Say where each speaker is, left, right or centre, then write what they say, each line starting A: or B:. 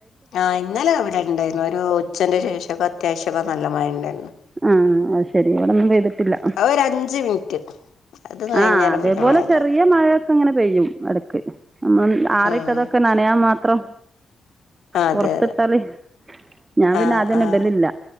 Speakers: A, on the left; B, on the right.
A: ആഹ് ഇന്നലെ ഇവിടെ ഇണ്ടായിരുന്നു ഒരു ഉച്ചെന്റെ ശേഷമൊക്കെ അത്യാവശ്യക്കെ നല്ല മഴ ഇണ്ടായിരുന്നു.
B: ആഹ് അത് ശരി <unintelligible> <unintelligible> പെയ്തിട്ടില്ല
A: അത് ഒരു അഞ്ച് മിനിറ്റ് അത് കഴിഞ്ഞേരം
B: ആഹ് അതേപോലെ
A: പിന്നെ മഴയില്ല
B: ചെറിയ മഴയൊക്കെ ഇങ്ങനെ പെയ്യും എടക്ക് ആറിട്ടതൊക്കെ
A: ആഹ്
B: നനയാൻ മാത്രം
A: അതെ
B: പൊറത്തിട്ടാല്
A: അതെ
B: ഞാൻ പിന്നെ
A: ആഹ്
B: അതന്നെ
A: ആഹ്
B: ഇടലില്ല